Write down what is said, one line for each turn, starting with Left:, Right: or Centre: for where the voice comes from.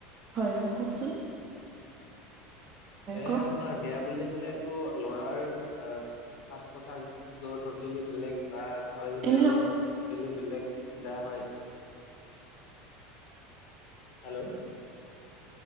Right: হয় হয় কওঁকচোন
Left: এনে
Right: কওক
Left: আপোনাৰ বিয়া বুলি কলেতটো লৰাৰ আহ সাজ পোছাক জোৰ টেলি বেলেগ বা ছোৱালীজনীৰো
Right: এনে আপোনাৰ
Left: হোটেলি বেলেগ সধা হয় হেল্ল'